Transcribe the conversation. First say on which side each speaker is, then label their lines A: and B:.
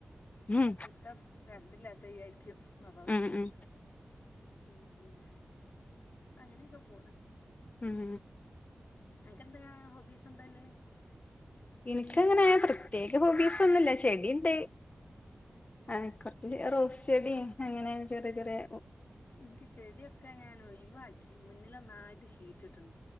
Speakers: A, on the left; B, on the left.
A: ഉം
B: ബെക്ക് തെ കര്ണ്ടില്ലാത്തെ ചാരിക്കും <unintelligible>
A: ഉം ഉം
B: ഉം ഉം അങ്ങനെക്കെ പോണ്.
A: ഉം
B: അൻക്കെന്താ ഹോബീസ് എന്താല്ലേ
A: ഇൻക്കങ്ങനെ പ്രത്യേക ഹോബീസൊന്നുല്ല ചെടിണ്ട് ആ കൊറ്ച്ച് റോസ് ചെടിം അങ്ങനെ ചെറ്യെ ചെറ്യെ
B: ഇൻക്ക് ചെട്യൊക്കെ ഞാനൊഴിവാക്കി മുന്നിലൊന്നായിട്ട് ഷീറ്റ് ട്ട്ണ്